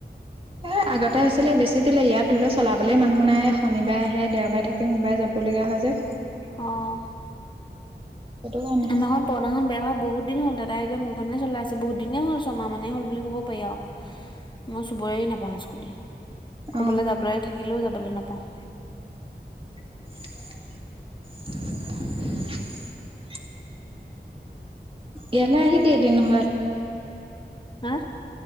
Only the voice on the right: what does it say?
এ আগতে আছিলে বেছি দিলে, ইয়াত ধৰি ল চলাবলে মানুহ নাই শনিবাৰে আহে দেওবাৰে থাকি সোমবাৰে যাবলগীয়া এহাজাৰ
সেইটো কাৰণে
অ
<unintelligible> ইয়ালে আহিবি এদিন ঘৰত